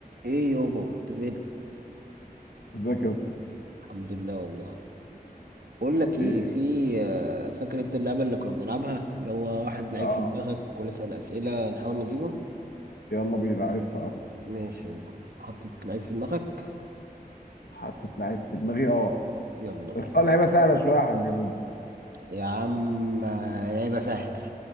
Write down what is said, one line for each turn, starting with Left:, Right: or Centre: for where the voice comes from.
Right: ايه يابا انت فين
Left: ازيك يا اسطى
Right: الحمد لله والله بقول لك ايه
Left: ايه
Right: في آه، فاكر انت اللعبه اللي كنا بنلعبها اللي هو واحد لعيب
Left: اه
Right: في دماغك ونسال اسئله نحاول نجيبه
Left: يلا بينا عارفها اه
Right: ماشي يلا بينا. حطيت لعيب في دماغك
Left: حطيت لعيب في دماغي اه
Right: يلا
Left: <laughs>
Right: بينا
Left: اختار لعيبه سهله شويه يا حاج دود
Right: يا عم آه، لعبه سهله